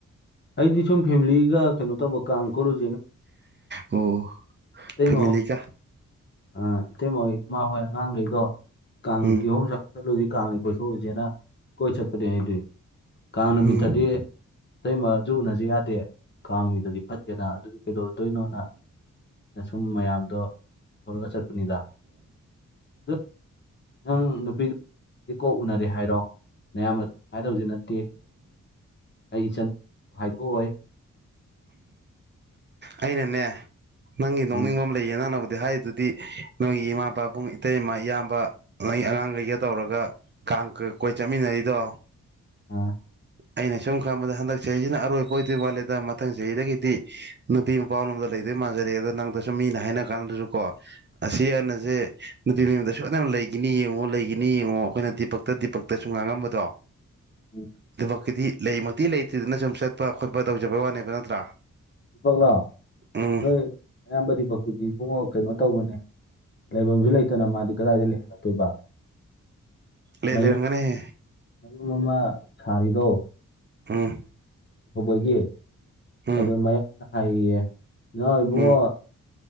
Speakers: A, on the left (about 35°); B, on the right (about 35°).
A: ꯑꯩꯗꯤ ꯁꯨꯝ ꯐꯦꯃꯤꯂꯤꯒ ꯀꯩꯅꯣ ꯇꯧꯕ ꯀꯥꯟꯀꯨꯔꯨꯖꯤꯅ
B: ꯑꯣ ꯐꯦꯃꯤꯂꯤꯒ
A: ꯃꯍ ꯑ ꯏꯇꯩꯃꯣꯏ ꯏꯃꯥ ꯍꯣꯏ ꯑꯉꯥꯡꯈꯩꯗꯣ ꯀꯥꯡ
B: ꯎꯝ
A: ꯀꯤꯍꯣꯨꯝ ꯆ ꯆꯠꯂꯨꯗꯤ ꯀꯥꯡꯉꯦ ꯀꯣꯏꯊꯣꯛꯎꯨꯁꯦꯅ ꯀꯣꯏ ꯆꯠꯄꯅꯦ ꯍꯥꯏꯗꯏ ꯀꯥꯡ ꯅꯨꯃꯤꯠꯇꯗꯤ
B: ꯎꯝ
A: ꯑꯇꯩꯃꯁꯨ ꯎꯅꯁꯤ ꯌꯥꯗꯦ ꯀꯥꯡ ꯃꯤꯗꯗꯤ ꯐꯠꯇꯦꯅ ꯑꯗꯨ ꯀꯩꯗꯧꯔꯛꯇꯣꯏꯅꯣꯅ ꯁꯨꯝ ꯃꯌꯥꯝꯗꯣ ꯄꯨꯔꯒ ꯆꯠꯄꯅꯤꯗ ꯑ ꯑꯪ ꯅꯨꯄꯤ ꯏ ꯀꯣꯛ ꯎꯅꯔꯦ ꯍꯥꯏꯔꯣ ꯅꯌꯥꯝꯅ ꯀꯨꯃꯥꯏꯅ ꯇꯧꯁꯨ ꯅꯠꯇꯦ ꯑꯩ ꯏꯆꯟ ꯍꯥꯏꯗꯣꯛꯑꯣ
B: ꯑꯩꯅꯅꯦ ꯅꯪꯒꯤ ꯅꯣꯛꯅꯤꯡꯕ
A: ꯎꯝ
B: ꯑꯃ ꯂꯩꯌꯦ ꯅꯪꯅꯕꯨꯗꯤ ꯍꯥꯏꯔꯤꯗꯨꯗꯤ ꯅꯪꯒꯤ ꯏꯃꯥꯄꯥꯕꯨꯡ ꯏꯇꯩꯃꯥ ꯏꯌꯥꯝꯕ ꯅꯪ ꯑꯉꯥꯡꯈꯩꯒ ꯇꯧꯔꯒ ꯀꯥꯡ ꯀꯣꯏ ꯆꯠꯃꯤꯟꯅꯔꯤꯗꯣ
A: ꯑꯥ
B: ꯑꯩꯅ ꯁꯨꯝ ꯈꯪꯕꯗ ꯍꯟꯗꯛ ꯆꯍꯤꯁꯤꯅ ꯑꯔꯣꯏꯕ ꯑꯣꯏꯗꯣꯏ ꯋꯥꯠꯂꯦꯗ ꯃꯊꯪ ꯆꯍꯤꯗꯒꯤꯗꯤ ꯅꯨꯄꯤ ꯃꯄꯥꯔꯣꯝꯗ ꯂꯩꯗꯣꯏ ꯃꯥꯟꯖꯂꯑꯦꯗ ꯅꯪꯗꯁꯨꯨꯝ ꯃꯤꯅ ꯍꯥꯏꯅ ꯀꯥꯟꯗꯁꯨ ꯀꯣ ꯑꯁꯤ ꯑꯅꯁꯦ ꯅꯨꯡꯇꯤ ꯅꯨꯌꯨꯝꯗ ꯁꯣꯏꯗꯅ ꯂꯩꯈꯤꯅꯤ ꯌꯦꯡꯉꯣ ꯂꯩꯈꯤꯅꯤ ꯌꯦꯡꯉꯣ ꯑꯩꯈꯣꯏꯅ ꯗꯤꯄꯛꯇ ꯗꯤꯄ ꯇꯁꯨ ꯉꯥꯡꯉꯝꯕꯗꯣ
A: ꯎꯝ
B: ꯑꯗꯨꯃꯛꯀꯤꯗꯤ ꯂꯩꯃꯛꯇꯤ ꯂꯩꯇ꯭ꯦꯗꯅ ꯁꯨꯝ ꯆꯠꯄ ꯈꯣꯠꯄ ꯇꯧꯖꯕꯩ ꯋꯥꯅꯦꯕ ꯅꯠꯇ꯭ꯔꯥ
A: ꯗꯤꯄꯛꯂꯣ
B: ꯎꯝ
A: ꯅꯣꯏ ꯑꯌꯥꯝꯕ ꯗꯤꯄꯛꯇꯨꯗꯤ ꯏꯕꯨꯡꯉ ꯀꯩꯅꯣ ꯇꯧꯕꯅꯦ ꯂꯩꯐꯝꯁꯨ ꯂꯩꯇꯅ ꯃꯥꯗꯤ ꯀꯗꯥꯏꯗ ꯂꯩꯍꯜꯂꯛꯇꯣꯏꯕ
B: ꯂꯩ
A: ꯃꯌꯨꯝ
B: ꯂꯩꯔꯝꯒꯅꯤꯍꯦ
A: ꯃꯌꯨꯝ ꯑꯃ ꯁꯥꯔꯤꯗꯣ
B: ꯎꯝ
A: ꯑꯐꯧꯕꯒꯤ
B: ꯎꯝ
A: ꯑꯗ ꯃꯌꯥꯝꯅ ꯍꯥꯏꯌꯦ ꯌꯦ ꯏꯅꯥꯎ ꯏꯕꯨꯡꯉꯣ
B: ꯎꯝ